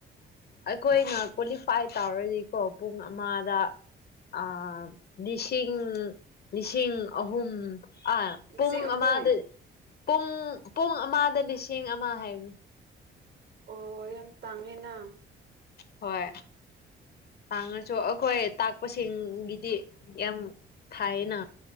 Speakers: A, on the left; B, on the right.
A: ꯑꯩꯈꯣꯏꯅ ꯐꯥꯏ ꯇꯥꯎꯔꯅꯤꯀꯣ ꯄꯨꯡ ꯑꯃꯗ ꯑꯥ ꯂꯤꯁꯤꯡ ꯂꯤꯁꯤꯡ ꯑꯍꯨꯝ ꯑ
B: ꯂꯤꯁꯤꯡ
A: ꯄꯨꯡ
B: ꯑꯍꯨꯝ
A: ꯑꯃꯥ ꯗꯨ ꯄꯨꯡ ꯄꯨꯡ ꯑꯃꯗ ꯂꯤꯁꯤꯡ ꯃꯥ ꯍꯥꯏꯕꯅꯤ
B: ꯑꯣ ꯌꯥꯝ ꯇꯥꯡꯉꯦꯅ
A: ꯍꯣꯏ ꯇꯥꯡꯉꯁꯨ ꯑꯩꯈꯣꯏ ꯇꯥꯛꯄꯁꯤꯡꯒꯤꯗꯤ ꯌꯥꯝ ꯊꯥꯏꯅ